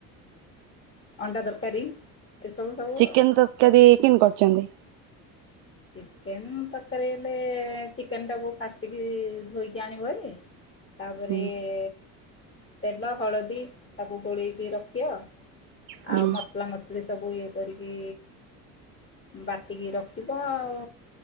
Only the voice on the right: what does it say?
ଚିକେନ
ତରକାରି କେମତି କରୁଛନ୍ତି?
ହୁଁ
ହୁଁ